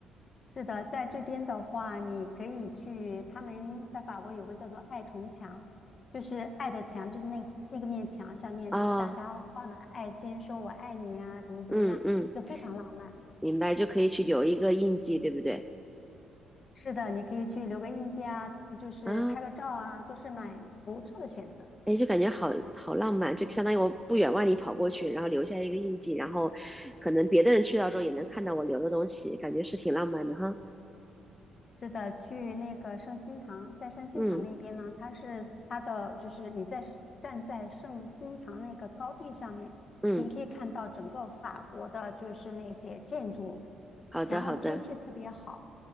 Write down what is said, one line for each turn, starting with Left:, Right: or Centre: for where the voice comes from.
Left: 是的，在这边的话，你可以去，他们在法国有个叫做爱城墙，就是爱的墙，就是那那个面墙上面，
Centre: 哦，
Left: 就是大家画满爱心，说我爱你啊，怎么怎么样，
Centre: 嗯嗯，
Left: 就非常浪漫。
Centre: 明白，就可以去留一个印记，对不对？
Left: 是的，你可以去留个印记啊，就是拍个照啊，
Centre: 啊，
Left: 都是蛮不错的选择。
Centre: 哎，就感觉好好浪漫，就相当于我不远万里跑过去，然后留下一个印记，然后可能别的人去到之后也能看到我留的东西，感觉是挺浪漫的哈。
Left: 是的，去那个圣心堂，在圣心堂那边呢，
Centre: 嗯
Left: 它是它的就是你在是站在圣心堂那个高地上面，
Centre: 嗯。
Left: 你可以看到整个法国的就是那些建筑，
Centre: 好的，
Left: 然后天气特别好，
Centre: 好的，